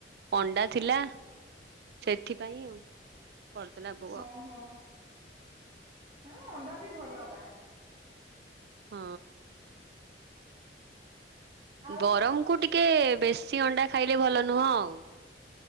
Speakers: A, on the right; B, on the right.
A: ଅଣ୍ଡା ଥିଲା ସେଥିପାଇଁ ଆଉ। କରୁଦେଲା‌ ବୋ
B: ଓହୋ ଏ ଅଣ୍ଡା ବି ଭଲ ବା
A: ହୁଁ।
B: ଆଉ
A: ଗରମକୁୁ ଟିକେ ବେଶୀ ଅଣ୍ଡା ଖାଇଲେ ଭଲ ନୁହଁ ଆଉ।